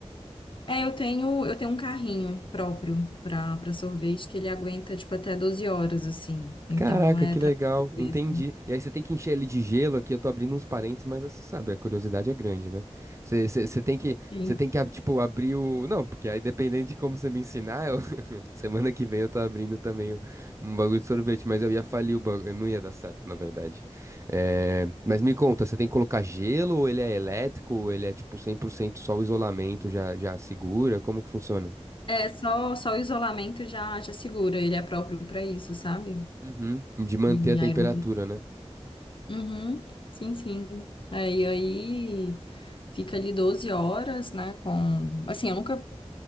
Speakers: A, on the left (about 50°); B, on the right (about 25°).
A: é, eu tenho, eu tenho um carrinho próprio para para sorvete que ele aguenta, tipo, até 12 horas, assim. Então,
B: Caraca,
A: é
B: que
A: tranquilo.
B: legal, entendi.
A: isso.
B: E aí você tem que encher ele de gelo aqui. Eu tô abrindo uns parênteses, mas você sabe, a curiosidade é grande, né? Você você- você tem que,
A: Sim.
B: você tem que, ah, tipo, abrir o. Não, porque aí dependendo de como você me ensinar, eu, Semana que vem eu tô abrindo também um, um bagulho de sorvete, mas eu ia falir o bagulho, eu não ia dar certo, na verdade. É, mas me conta, você tem que colocar gelo ou ele é elétrico, ou ele é tipo 100% só o isolamento já, já segura? Como que funciona?
A: É, só, só o isolamento já, já segura, ele é próprio para isso, sabe?
B: Uhum, de manter
A: em
B: a temperatura,
A: Iron Fist.
B: né?
A: Uhum, sim, sim. É, e aí fica ali 12 horas, né? Com. Assim, eu nunca.